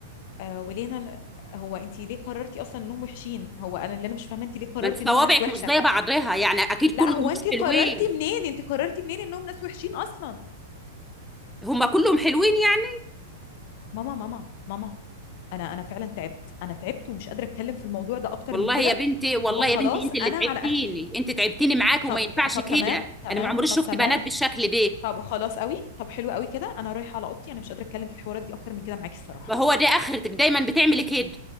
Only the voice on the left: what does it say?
آه ولينا هو انت ليه قررتي اصلا انهم وحشين هو انا اللي انا مش فاهمه انت ليه قررتي
انهم ناس وحشه
لا
هو انت
قررتي
منين انت قررتي منين انهم ناس وحشين اصلا
ماما ماما ماما انا انا فعلا تعبت انا تعبت ومش قادره اتكلم في الموضوع ده اكتر
من كده
وخلاص
انا
على اخري
طب
طب
تمام تمام
طب تمام
طب خلاص قوي طب حلو قوي كده انا رايحه على اوضتي انا مش قادره اتكلم في الحوارات دي اكتر من كده معاكي الصراحه